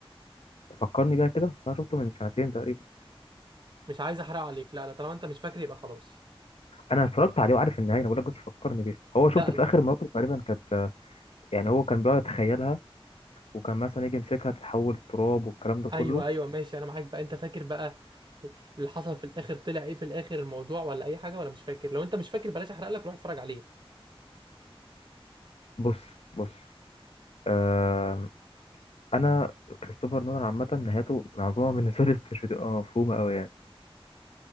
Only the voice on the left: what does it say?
فكرني بيها كده بس انا شفته من سنتين تقريبا
انا اتفرجت عليه وعارف النهايه انا بقول لك بس فكرني بيها هو
شفت في
اخر مراته تقريبا كانت يعني هو كان بيقعد يتخيلها وكان مثلا يجي يمسكها تتحول تراب والكلام ده كله
بص بص آه انا كريستوفر نولان عامه نهايته معظمها بالنسبه لي مش بتبقى مفهومه قوي يعني